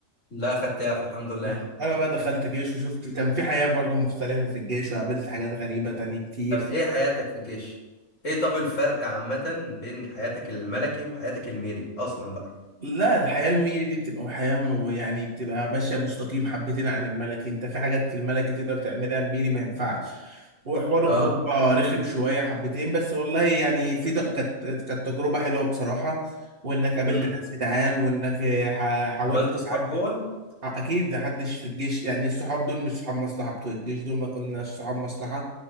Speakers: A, on the left; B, on the right.
A: لا خدت يعفى الحمد لله
B: يعني انا بقى دخلت جيش وشفت كان في حياة برضو مختلفة في الجيش وقابلت حاجات غريبة تانية كتير
A: طب ايه حياتك في الجيش ايه طب الفرق عامة بين حياتك الملكي وحياتك الميري اصلا بقى
B: لا الحياة الميري دي بتبقى حياة م- يعني بتبقى ماشية مستقيم حبتين عن الملكي انت في حاجات في الملكي تقدر تعملها الميري ما ينفعش وحوار
A: اه
B: الغربة رخم شوية حبتين بس والله يعني في د- كانت كانت تجربة حلوة بصراحة وانك قابلت
A: امم
B: ناس جدعان وانك ح- حاولت
A: عملت اصحاب
B: تعدي
A: جوه
B: اكيد محدش في الجيش يعني الصحاب دول مش صحاب مصلحه بتوع الجيش دول ما كناش صحاب مصلحه